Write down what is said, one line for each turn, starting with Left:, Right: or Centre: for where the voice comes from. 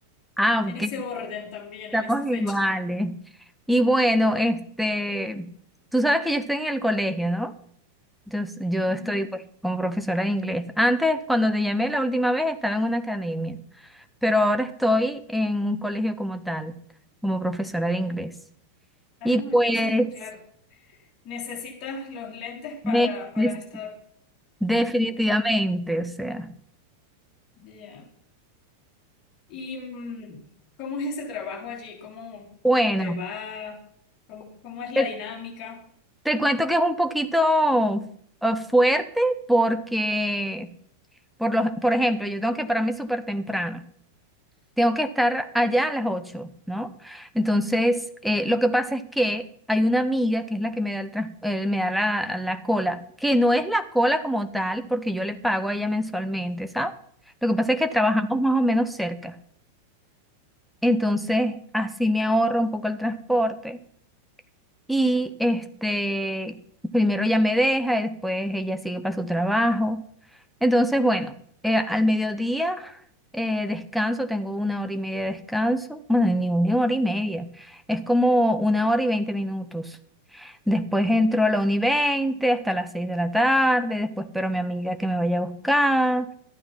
Centre: Ah,
Left: en
Centre: ok,
Left: ese orden también,
Centre: estamos
Left: en esa fecha.
Centre: iguales. Y bueno, este, tú sabes que yo estoy en el colegio, ¿no? Yo, s- yo
Left: Mm.
Centre: estoy pues, como profesora de inglés. Antes, cuando te llamé la última vez, estaba en una academia, pero ahora estoy en un colegio como tal, como profesora de inglés.
Left: Ah,
Centre: Y pues,
Left: entonces, claro, necesitas los lentes para,
Centre: de-
Left: para
Centre: de-
Left: estar
Centre: definitivamente,
Left: más, más.
Centre: o sea,
Left: Ya. ¿Y mm, cómo es ese trabajo allí? ¿Cómo,
Centre: bueno,
Left: cómo te va? ¿Cómo, cómo es la
Centre: te,
Left: dinámica?
Centre: te cuento que es un poquito eh, fuerte porque, por, los, por ejemplo, yo tengo que pararme súper temprano. Tengo que estar allá a las 8, ¿no? Entonces, eh, lo que pasa es que hay una amiga que es la que me da, el trans- eh, me da la, la cola, que no es la cola como tal, porque yo le pago a ella mensualmente, ¿sabes? Lo que pasa es que trabajamos más o menos cerca. Entonces, así me ahorro un poco el transporte. Y este, primero ella me deja y después ella sigue para su trabajo. Entonces, bueno, eh, al mediodía eh, descanso, tengo una hora y media de descanso. Bueno, ni una hora y media, es como una hora y veinte minutos. Después entro a la 1 y 20 hasta las 6 de la tarde, después espero a mi amiga que me vaya a buscar.